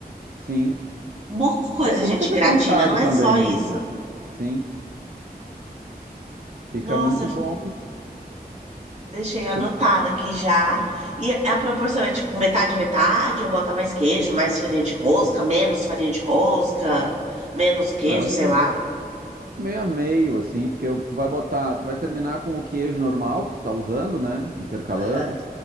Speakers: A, on the right; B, on the right.
A: sim.
B: Muita coisa
A: É,
B: a
A: eu
B: gente
A: nunca tinha
B: gratina,
A: pensado
B: não é
A: também
B: só
A: nisso.
B: isso.
A: Sim, fica
B: Nossa,
A: muito
B: fiquei-
A: bom.
B: deixei anotado
A: Tu-
B: aqui já. E a proporção é tipo metade, metade, ou bota mais queijo, mais farinha de rosca, menos farinha de rosca, menos queijo,
A: Ah, eu acho
B: sei
A: que
B: lá.
A: Meio a meio, assim, porque eu- tu vai botar, tu vai terminar com o queijo normal que tu tá usando, né? Intercalando.
B: Aham.